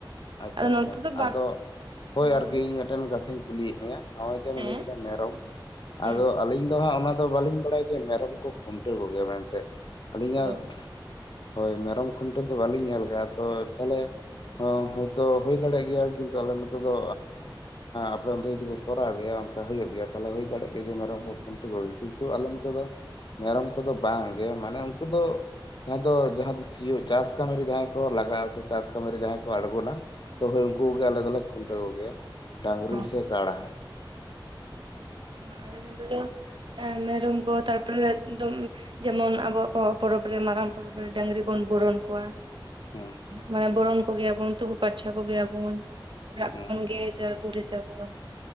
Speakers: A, on the left (about 65°); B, on the right (about 70°).
A: ᱟᱪᱪᱷᱟ
B: ᱟᱫᱚ
A: ᱟᱪᱪᱷᱟ
B: ᱱᱚᱛᱮ ᱫᱚ ᱵᱟᱝ
A: ᱟᱫᱚ ᱦᱳᱭ
B: ᱦᱮᱸ
A: ᱟᱨᱠᱤ
B: ᱞᱟᱹᱭ ᱢᱮ
A: ᱤᱧ ᱢᱤᱫᱴᱮᱱ ᱠᱟᱛᱷᱟᱧ ᱠᱩᱞᱤᱭᱮᱫ ᱢᱮᱭᱟ᱾ ᱱᱚᱼᱚᱭ ᱡᱮ
B: ᱦᱮᱸ
A: ᱞᱟᱹᱭ ᱠᱮᱫᱟ ᱢᱮᱨᱚᱢ
B: ᱦᱮᱸ
A: ᱟᱫᱚ ᱟᱹᱞᱤᱧ ᱫᱚ ᱦᱟᱸᱜ ᱚᱱᱟ ᱫᱚ ᱵᱟᱹᱞᱤᱧ ᱵᱟᱲᱟᱭᱟ ᱡᱮ ᱢᱮᱨᱚᱢ ᱠᱚ ᱠᱷᱩᱱᱴᱟᱹᱣ ᱠᱚᱜᱮᱭᱟ ᱢᱮᱱᱛᱮ ᱟᱹᱞᱤᱧᱟᱜ
B: ᱚ
A: ᱦᱳᱭ ᱢᱮᱨᱚᱢ ᱠᱷᱩᱱᱴᱤᱟᱹᱣ ᱫᱚ ᱵᱟᱹᱞᱤᱧ ᱧᱮᱞ ᱟᱠᱟᱜᱼᱟ ᱛᱚ ᱛᱟᱦᱚᱞᱮ ᱦᱳᱭᱛᱳ ᱦᱩᱭ ᱫᱟᱲᱮᱭᱟᱜ ᱜᱮᱭᱟ ᱠᱤᱱᱛᱩ ᱟᱞᱮ ᱱᱚᱛᱮ ᱫᱚ ᱟᱯᱮ ᱚᱱᱛᱮ ᱡᱩᱫᱤ ᱠᱚᱨᱟᱣ ᱜᱮᱭᱟ ᱚᱱᱠᱟ ᱦᱩᱭᱩᱜ ᱜᱮᱭᱟ ᱛᱟᱦᱚᱞᱮ ᱦᱩᱭ ᱫᱟᱲᱮᱜ ᱜᱮᱭᱟ ᱡᱮ ᱢᱮᱨᱚᱢ
B: ᱦᱮᱸ
A: ᱠᱚ ᱠᱷᱩᱱᱴᱟᱣ ᱠᱤᱱᱛᱩ ᱟᱞᱮ ᱱᱚᱛᱮ ᱫᱚ ᱢᱮᱨᱚᱢ ᱠᱚᱫᱚ ᱵᱟᱝ ᱜᱮᱮ ᱢᱟᱱᱮ ᱩᱱᱠᱩ ᱫᱚ ᱡᱟᱦᱟᱸ ᱫᱚ ᱡᱟᱦᱟᱸ ᱫᱚᱤᱭᱳᱜ ᱪᱟᱥ ᱠᱟᱹᱢᱤᱨ ᱨᱮ ᱡᱟᱦᱟᱸᱭ ᱠᱚ ᱞᱟᱜᱟᱜᱼᱟ ᱥᱮ ᱪᱟᱥ ᱠᱟᱹᱢᱤᱤᱨ ᱨᱮ ᱡᱟᱦᱟᱸᱭ ᱠᱚ ᱟᱬᱜᱳ ᱛᱚᱵᱮ ᱩᱱᱠᱩᱜᱮ ᱟᱞᱮ ᱫᱚᱞᱮ ᱠᱷᱩᱱᱴᱟᱹᱣ ᱜᱮᱭᱟ ᱰᱟᱝᱨᱤ
B: ᱚ
A: ᱥᱮ ᱠᱟᱰᱟ
B: ᱟᱞᱮ <unintelligible> ᱮ ᱢᱮᱨᱚᱢ ᱠᱚ ᱛᱟᱨᱯᱚᱨᱮ ᱡᱮᱢᱚᱱ ᱟᱵᱚᱣᱟᱜ ᱯᱚᱨᱚᱵ ᱨᱮ ᱢᱟᱨᱟᱝ ᱯᱚᱨᱚᱵ ᱨᱮ ᱰᱟᱝᱨᱤ ᱵᱚᱱ ᱵᱚᱨᱚᱱ ᱠᱚᱣᱟ
A: ᱦᱩᱸ
B: ᱢᱟᱱᱮ ᱵᱚᱨᱚᱱ ᱠᱚᱜᱮᱭᱟᱵᱚᱱ ᱛᱩᱯᱩ ᱯᱟᱨᱪᱷᱟ ᱠᱚᱜᱮᱭᱟᱵᱚᱱ ᱚᱲᱟᱜᱵᱚᱱ
A: ᱦᱩᱸ
B: ᱜᱮᱡᱟ ᱜᱩᱨᱤᱡᱟᱵᱚᱱ